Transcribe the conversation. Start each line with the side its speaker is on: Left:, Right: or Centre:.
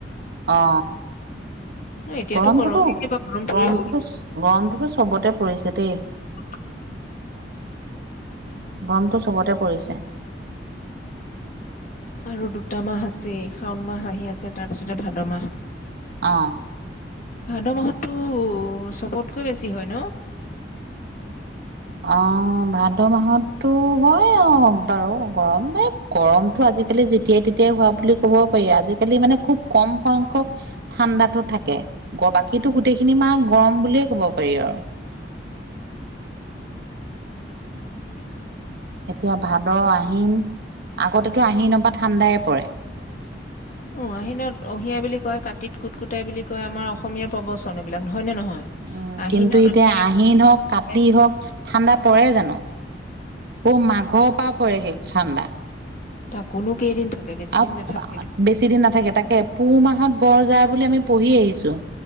Right: অ
Left: ন এতিয়াতো
Right: গৰমটোতো
Left: গৰম কেতিয়াবা গৰম পৰিবই।
Right: গৰমটোতো গৰমটোতো চবতে পৰিছে দেই
Left: <inaudible>
Right: গৰমটো চবতে পৰিছে
Left: আৰু দুটা মাহ আছেই শাওণ মাহ আহি আছে তাৰপিছতে ভাদ মাহ
Right: অ
Left: ভাদ মাহত টো চবতকৈ বেছি হয় ন
Right: অ ভাদ মাহতো হয় অ বাৰু গৰম গৰমতো আজ। আজিকালি যেতিয়াই তেতিয়াই হোৱা বুলি ক'ব পাৰি আজিকালি মানে খুব কম সংখ্যক ঠাণ্ডাতো থাকে। বাকীটো গোটেইখিনি মাহ গৰম বুলিয়ে ক'ব পাৰি আৰু
Left: এতিয়া
Right: এতিয়া ভাদ আহিন আগতেতো আহি নপা ঠাণ্ডাই পৰে।
Left: অ আহিনত অহিয়াই বুলি কয় কাতিত কুট কুটাই বুলি কয় আমাৰ অসমীয়াৰ প্ৰবচন এইবিলাক। হয় নে নহয়?
Right: উম
Left: আহিনত
Right: কিন্তু এতিয়া
Left: অহিয়া
Right: আহিন
Left: বুলি
Right: হওক কাটি
Left: কয়,
Right: হওক ঠাণ্ডা পৰে জানো ব মাঘৰ পৰা পৰেগ ঠাণ্ডা
Left: তাকোনো কেইদিন থাকে বেছি
Right: আ
Left: দিন নাথাকে
Right: বেছি দিন নাথাকে তাকে পুহ মাহত বৰ যাৰ বুলি আমি পঢ়ি আহিছো।